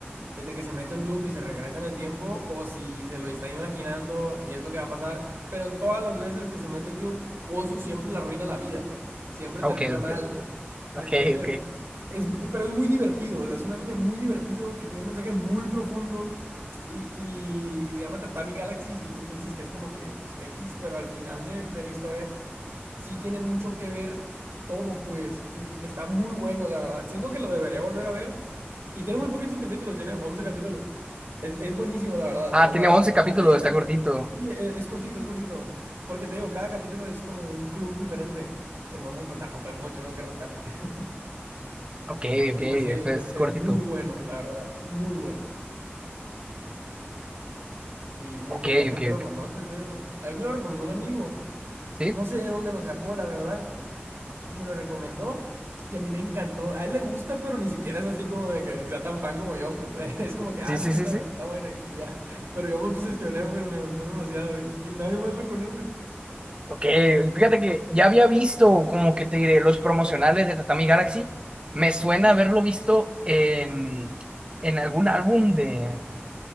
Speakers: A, on the right; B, on the right.
A: es de que se mete un club y se regresa en el tiempo o si se lo está imaginando y es lo que va a pasar, pero en todas las veces que se mete un club, Osu siempre le arruina la vida, pues, siempre termina
B: Ok,
A: mal.
B: ok, ok.
A: Entonces,
B: Ok, ok.
A: es, pero es muy divertido, o sea, es un anime muy divertido que tiene un mensaje muy profundo y, y se llama Tatami Galaxy y tú piensas que es como que pues, X, pero al final de, de la historia sí tiene mucho que ver todo, pues. Y está muy bueno, la verdad. Siento que lo debería volver a ver. Y tiene muy poquitos capítulos, tiene 11 capítulos. Es, es buenísimo, la verdad.
B: Ah,
A: O
B: tiene
A: sea,
B: once
A: es-
B: capítulos,
A: a ti,
B: está
A: a
B: cortito.
A: ti, e- es cortito, es cortito. Porque te digo, cada capítulo es como un club diferente. Entonces, pues tampoco hay mucho, ¿no? Que rascarle. <laughs>
B: Ok, ok,
A: Y
B: este
A: pues sí, es,
B: es cortito.
A: es muy bueno, la verdad. Muy bueno. Y muy
B: Ok,
A: poca gente
B: ok,
A: lo
B: ok.
A: conoce, te digo. A mí me lo recomendó un amigo.
B: ¿Sí?
A: No sé de dónde lo sacó, la verdad. Y me lo recomendó. Y a mí me encantó. A él le gusta, pero ni siquiera es así como de que sea tan fan como yo, pues. <laughs> Es como que, ah,
B: Sí, sí,
A: sí, está,
B: sí, sí.
A: está bueno y, y ya. Pero yo me obsesioné, pues me gustó demasiado y, y nadie más lo conoce.
B: Ok, fíjate que ya había visto, como que te diré, los promocionales de Tatami Galaxy. Me suena haberlo visto en, en algún álbum de,